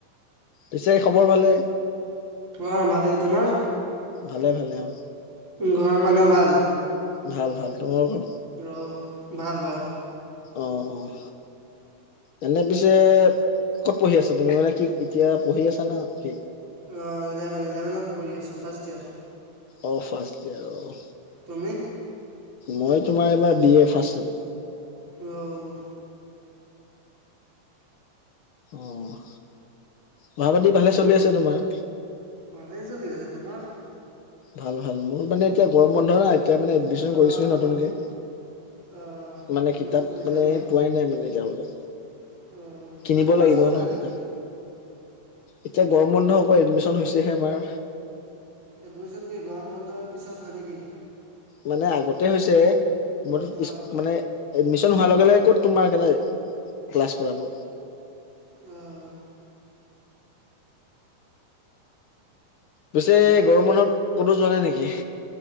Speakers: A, on the left (about 80°); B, on the right (about 20°).
A: পিছে খবৰ ভালে?
B: অ' ভালেই তোমাৰ?
A: ভালে ভালে অ'।
B: ঘৰৰ মানুহৰ ভাল?
A: ভাল ভাল, তোমালোকৰ?
B: অ, ভাল ভাল।
A: অ, অ। এনে পিছে ক'ত পঢ়ি আছা তুমি মানে কি এতিয়া পঢ়ি আছা না কি?
B: অ', ইলেভেন ইলেভনত পঢ়ি আছো, ফাৰষ্ট ইয়েৰ।
A: অহ ', ফাৰ্ষ্ট ইয়েৰ অ'।
B: তুমি?
A: মই তোমাৰ এবাৰ বি এ ফাৰ্ষ্ট ছেম।
B: অ'।
A: অ', পঢ়া পাতি ভালে চলি আছে তোমাৰ।
B: ভালে চলি আছে, তোমাৰ?
A: ভাল ভাল, মোৰ মানে এতিয়া গৰম বন্ধ না এতিয়া মানে এডমিশন
B: অঁ
A: কৰিছোহে
B: মোৰো
A: নতুনকে।
B: এডমিশ্যন
A: মানে কিতাপ
B: কৰিছা
A: মানে
B: ন
A: পোৱাই নাই মানে তেওঁলোকে,
B: অ' মানে
A: কিনিব
B: ক্লাছ
A: লাগিব
B: হোৱা নাই
A: ন
B: নেকি?
A: কিতাপ। এতিয়া গৰম বন্ধ হ'ব এডমিশ্যন হৈছেহে আমাৰ।
B: এডমিশ্যন কি গৰম বন্ধৰ পিছত হয় নেকি?
A: মানে আগতে হৈছে, মোৰ
B: অ'
A: মানে এডমিশন হোৱাৰ লগে লগে ক'ত তোমাৰ ক্লাছ কৰাব।
B: অ',
A: পিছে
B: বাকী
A: গৰম বন্ধত ক'তো যোৱা নাই নেকি?